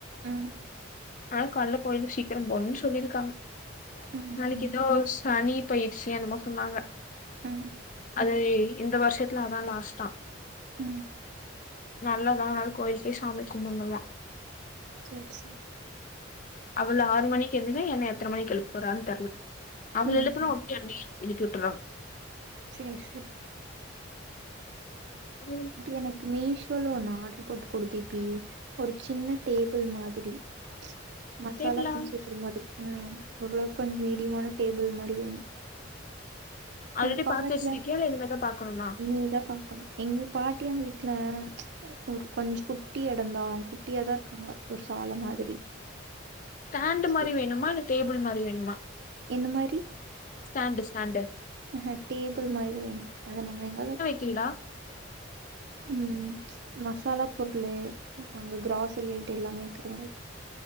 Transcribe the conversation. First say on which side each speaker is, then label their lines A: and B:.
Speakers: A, on the right (about 55°); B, on the left (about 40°).
A: ம்
B: அதா காலைல கோயிலுக்கு சீக்கிர போணுன் சொல்லிருக்காங்க
A: ம் ம்
B: நாளைக்கு ஏதோ சனி பயிற்சி என்னமோ சொன்னாங்க
A: ம்
B: அது இந்த வருஷத்துல அதா லாஸ்ட்டா
A: ம்
B: நல்லதா அது கோயிலுக்கு போய் சாமி கும்பிட்னுமா
A: செ ர் செ ரி
B: அவள ஆறு மணிக்கு எந்திரி என்ன எத்த மணிக்கு எழுப்ப போறான் தெர்ல அவள
A: ம்
B: எழுப்புனா
A: ம்
B: ஓகேயாமே எழுப்பி விட்டுர்றா
A: செர் செர்
B: ம்
A: எனக்கு மீஷோல ஒன்னு ஆர்டர் போட்டு குடு தீபி ஒரு சின்ன டேபிள் மாதிரி மசாலா
B: டேபிளா
A: திங்ஸ் வைக்கிற மாதிரி ம் ஓரளவுக்கு கொஞ்சோ மீடியமான டேபிள் மாதிரி வேணு
B: ஆல்ரெடி
A: எங்க பாட்டியா
B: பாத்து வச்சிருக்கியா இல்ல இனிமேதா பாக்கணுமா
A: நீதா பாக்கணு எங்க பாட்டியா வீட்ல ஒரு கொஞ்சோ குட்டி எடந்தா அவங்க குட்டியாதா இருக்காங்க ஒரு சால மாதிரி
B: ஸ்டாண்ட்
A: செரி
B: மாரி வேணுமா இல்ல டேபிள் மாரி வேணுமா
A: என்ன மாரி
B: ஸ்டாண்ட்டு ஸ்டாண்ட்டு
A: ஆஹ டேபிள் மாரிதா வேணு அத நம்ம எங்காது
B: கீ டா
A: ம் மசாலா பொருளு அங்க கிராசரி ஐட்ட எல்லாமே வக்குற மாரி